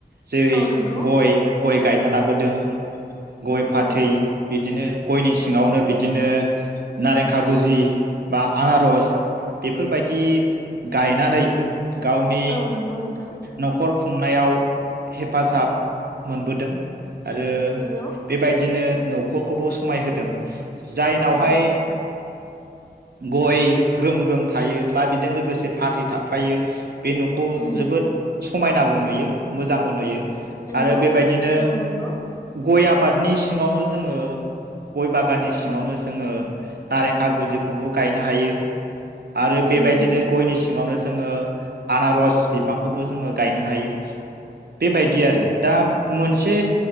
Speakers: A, on the right (about 65°); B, on the left (about 20°).
A: जेरै
B: औ नंगौ
A: गय गय गायना लाबोदों गय
B: नंगौ
A: फाथै
B: नोंथां
A: बिदिनो गयनि सिङावनो बिदिनो नारें खागुजि बा आनारस बेफोरबायदि गायनानै गावनि
B: औ नंगौ नोंथां
A: न'खर खुंनायाव हेफाजाब मोनबोदों आरो
B: नंगौ
A: बेबायदिनो न' खरखौबो समाय होदों जायनावहाय
B: औ
A: गय ग्रोम ग्रोम थायो बा बेजों लोगोसे फाथै थाफायो बे न'खौ
B: उम
A: जोबोद समायनाबो नुयो मोजांबो नुयो
B: नोंगौ
A: आरो बेबायदिनो
B: नोंगौ नोंगौ
A: गय आबादनि सिङावनो जोङो गय बागाननि सिङावनो जोङो नारें खागुजिखौबो गायनो हायो आरो
B: नंगौ
A: बेबायदिनो
B: नोंथां
A: गयनि सिङावनो जोङो आनारस बिफांखौबो जोङो गायनो हायो बेबायदि आरो दा मोनसे